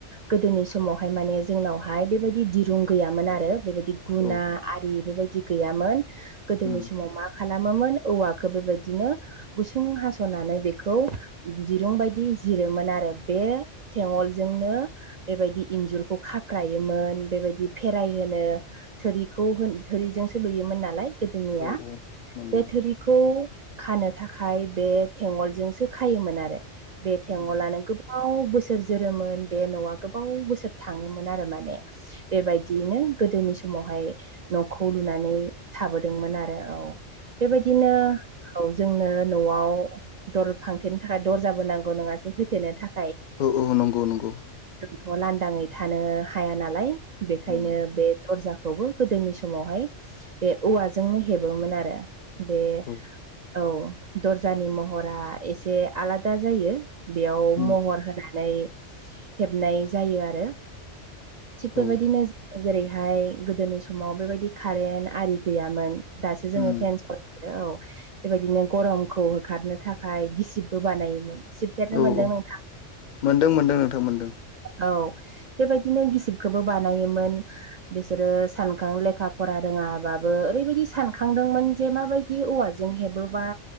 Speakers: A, on the right (about 65°); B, on the left (about 60°).
A: गोदोनि समावहाय माने जोंनावहाय बेबायदि दिरुं गैयामोन आरो बेबायदि गुना
B: औ
A: आरि बेबायदि गैयामोन। गोदोनि
B: उम
A: समाव मा खालामोमोन? औवाखौ बेबादिनो गुसुं हास'नानै बेखौ दिरुं बायदि जिरोमोन आरो। बे थेवोलजोंनो बेबायदि इन्जुरखौ खाफ्रायोमोन बेबायदि फेराइ होनो थोरिखौ होन थोरिजोंसो लुयोमोन नालाय। गोदोनिया
B: औ औ नंगौ
A: बे थोरि खौ खानो थाखाय बे थेंवोलजोंसो खायोमोन आरो।। बे थेंवलानो
B: उम
A: गो बाव बोसोर जोरोमोन बे न'आ गोबाव बोसोर थाङोमोन आरो माने। बेबायदियैनो गोदोनि समावहाय न'खौ लुनानै थाबोदोंमोन आरो औ बेबायदिनो औ जोंनो न'आव दर फांथेनो थाखाय दरजाबो नांगौ नङासै होथेनो थाखाय
B: औ औ नंगौ नंगौ
A: जोंथ' लांदाङै थानो हाया नालाय बेखायनो
B: उम
A: बे दरजाखौबो गोदोनि समावहाय बे औवाजोंनो हेबोमोन आरो। बे
B: औ
A: औ दरजानि महरा एसे आलादा जायो बेयाव
B: उम
A: महर होनानै हेबनाय जायो आरो थिग बेबायदिनो
B: औ
A: जेरैहाय गोदोनि समाव बेबायदि कारेन्ट आरि गैयामोन दासो जोङो
B: उम
A: फेनस औ बेबायदिनो गरमखौ होखारनो थाखाय गिसिबबो बानायोमोन सिब हेबफेरनो
B: औ
A: मोनदों
B: औ
A: नों
B: मोनदों मोनदों नोंथां मोनदों
A: औ बेबायदिनो गिसिबखौबो बानायोमोन। बिसोरो सानखां लेखा फरा रोङाबाबो ओरैबायदि सानखांदोंमोन जे माबायदि माबादि औवाजों हेबोबा